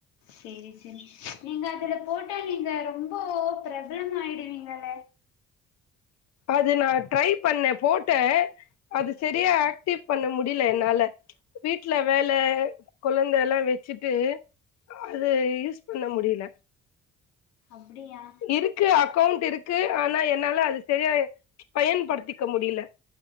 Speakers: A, on the left; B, on the left.
A: சேரி சேரி நீங்க அதுல போட்டா நீங்க ரொம்ப பிரப்ளம் ஆயிடுவீங்கள
B: அது நா ட்ரை பண்ணே போட்ட அது சரியா ஆக்டிவ் பண்ண முடியல என்னால வீட்டுல வேல குழந்த எல்லா வச்சுட்டு அது யூஸ் பண்ண முடியல
A: அப்டியா
B: இருக்கு அக்கவுண்ட் இருக்கு ஆனா எ ன்னால அது சரியா பயன்படுத்திக்க முடில